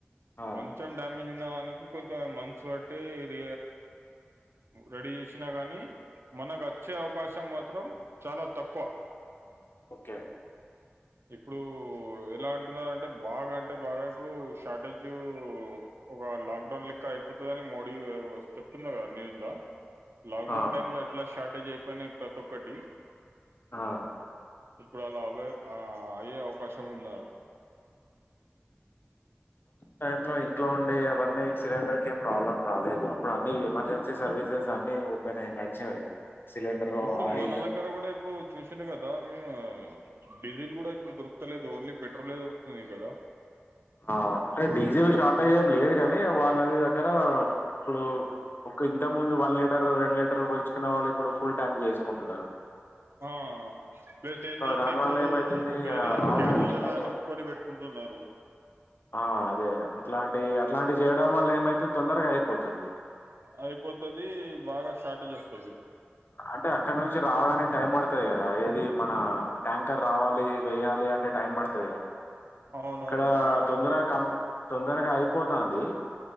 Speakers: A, on the left; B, on the right.
A: ఆ,
B: కొంచెం డామేజ్ తన్ననికి కొంచెం మంత్స్ బట్టి ర రెడీ చేసినా గానీ మనకు వచ్చే అవకాశం మాత్రం చాలా తక్కువ
A: ఓకే అండి
B: ఇప్పుడు ఎలా అంటున్నారు అంటే బాగా అంటే బాగా ఇప్పుడు షార్టేజ్ ఒక లాక్డౌన్ లెక్క అయిపోతుందని మోడీ చెప్తున్నారు కదా న్యూస్ లో లాక్డౌన్
A: ఆ
B: టైమ్ లో షార్టెజ్ ఏయిప్ప ప్రతో కటి
A: ఆ
B: ఇప్పుడు అలా అవే ఆ అయే అవకాశం ఉందట
A: టైం లో ఇంట్లో ఉ అ ఎవన్న సిరెండర్ క ప్రాబ్లమ్ రాలేదు అప్పుడు అన్నీ ఎమర్జెన్సీ సర్వీసెస్ అన్ని ఓపెన్ అయ్యి నడిచినాయి సిలిండర్
B: ఇప్పుడు
A: ఆయిల్
B: మన దగ్గర కూడా ఇప్పుడు చూసింది కదా <unintelligible> డీజిల్ కూడా ఇప్పుడు దొరుక్ తలేదు ఒన్లీ పె పెట్రోలే దొరుకుతుంది కదా
A: ఆ డీజిల్ షార్టేజ్ ఏమి లేదు గాని వాళ్ అది దగ్గర ఇప్పుడు ఒక ఇంత ముందు వన్ లీటర్ రెండు లీటర్ పోయించుకునే వాళ్ళు ఇప్పుడు ఫుల్ ట్యాంక్ చేయిస్కుంటున్నారు
B: ఆ ప్లెస్ ఏందంటే
A: దాని
B: ఇప్పుడు
A: వల్ల ఏమైతుంది
B: స్పేర్ల
A: ఆ, రావడానికి
B: క్యాన్ లల్లా
A: ఇబ్బంది
B: నింపుకొని
A: పడుతుంది
B: పెట్టుకుంటున్నారు
A: ఆ అదే అట్లాంటి అట్లాంటి
B: ఒక్-
A: చేయడం వల్లే ఏమైతే తొందరగా అయిపోతుంది
B: అయిపోతది బాగా షార్టేజ్ వస్తది
A: అంటే అక్కడ నుంచి రావడానికి టైం పడుతుంది కదా ఏది మన ట్యాంకర్ రావాలి వెయ్యాలి అంటే టైం పడుతది కదా
B: అవునవును
A: ఇక్కడా
B: బాగా టైం
A: తొందరగా
B: పడుతది
A: కంప్ తొందరగా అయి పోతాంది